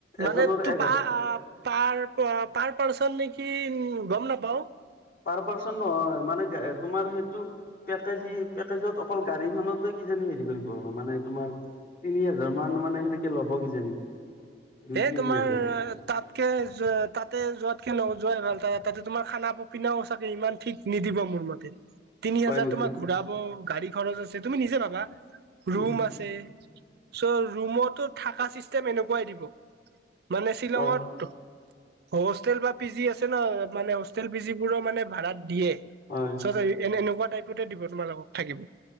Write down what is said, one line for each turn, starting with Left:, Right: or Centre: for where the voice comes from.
Left: এজনৰ
Right: মানে তোপাহ
Left: এক হাজাৰ
Right: পাৰ-প-পাৰ পাৰ্চন নেকি উম, গম নাপাওঁ।
Left: পাৰ পাৰ্চন নহয় মানে, তোমাৰ সেইটো পেকেজি-পেকেজত অকল গাড়ীখনত কিজানি হেৰি কৰিব মানে তোমাৰ তিনি হাজাৰ মান মানে সেনেকে ল'ব কিজানি। দুই
Right: হে
Left: তিনি
Right: তোমাৰ
Left: হাজাৰ
Right: তাতকে তাতে যোৱাতকে নোযোৱাই ভাল তা-তাতে তোমাৰ খানা পিনাও থাকে ইমান ঠিক নিদিবা মোৰ মতে। তিনি
Left: হয়
Right: হাজাৰ
Left: নেকি
Right: তোমাক ঘূৰাব গাড়ী, খৰচ আছে, তুমি নিজে ভাবা
Left: উম
Right: ৰুম আছে চ' ৰুমতো থকা চিষ্টেম এনেকুৱাই দিব। মানে শ্বিলংত
Left: অ
Right: হোষ্টেল বা পি জি আছে ন' মানে হোষ্টেল পি জিবোৰৰ মানে ভাড়াত দিয়ে
Left: হয়
Right: চ' এ-এনেকুৱা টাইপতে দিব তোমালোকক থাকিব।